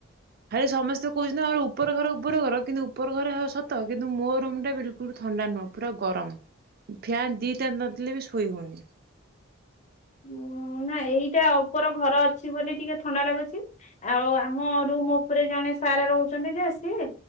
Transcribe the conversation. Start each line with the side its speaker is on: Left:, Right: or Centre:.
Right: ଆରେ ସମସ୍ତେ କହୁଛନ୍ତି, ଆ ଉପର ଘର ଉପର ଘର କିନ୍ତୁ ଉପର ଘର ହେ ସତ କିନ୍ତୁ ମୋ ରୁମ ଟା ବିଲକୁଲ ଥଣ୍ଡା ନୁହଁ, ପୁରା ଗରମ, ଫ୍ୟାନ ଦିଟା ନଦେଲେ ବି ଶୋଇ ହଉନି।
Left: ଉ, ନା ଏଇଟା ଉପର ଘର ଅଛି, ବୋଲି ଟିକେ ଥଣ୍ଡା ଲାଗୁଛି, ଆଉ ଆମ ରୁମ ଉପରେ ଜଣେ ସାର୍ ରହୁଛନ୍ତି, ଯେ ସିଏ,